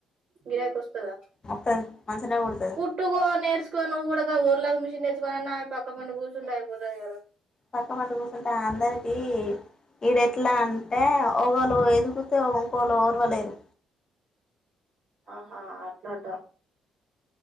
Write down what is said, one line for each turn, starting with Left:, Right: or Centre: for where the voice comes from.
Right: గిరాక వస్తుందా
Left: వత్తది మంచిగనే కుడుతది
Right: కుట్టుకో నేర్చుకో నువ్వు కూడాక ఊర్లాగా మిషన్ నేర్ుకోన్న ఆమె పక్క పండు కూర్చ ండయిపో ఎా
Left: పక్క పడు కూర్చుంటా అందరిక ఇడ ఎట్లా అంటే ఓవలు ఎదుగు ంకోలు ర్వలేరు
Right: ఆహా అట్లాంట